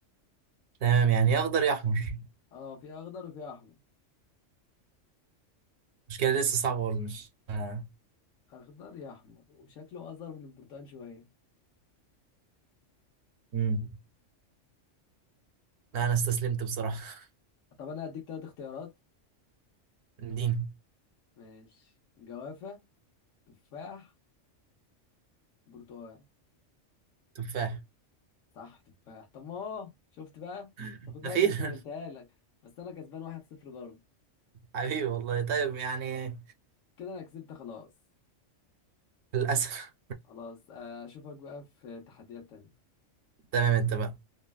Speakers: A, on the right; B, on the left.
A: تمام يعني يا اخضر يا احمر
B: اه في اخضر وفي احمر
A: المشكله لسه صعبه برضه مش آه.
B: اخضر يا احمر وشكله اصغر من البرتقال شويه
A: مم. لا انا استسلمت بصراحه
B: طب انا هديك ثلاث اختيارات
A: <laughs> اديني
B: ماشي جوافه تفاح برتقال
A: تفاح
B: صح تفاح طب ما هو شفت بقى
A: <laughs>
B: طب خد بالك
A: اخيرا
B: انا سهلتها لك بس انا كسبان واحد صفر برضه
A: حبيبي والله طيب يعني
B: كده انا كسبت خلاص
A: للاسف
B: خلاص آه، اشوفك بقى في تحديات تانية
A: <laughs> تمام اتفقنا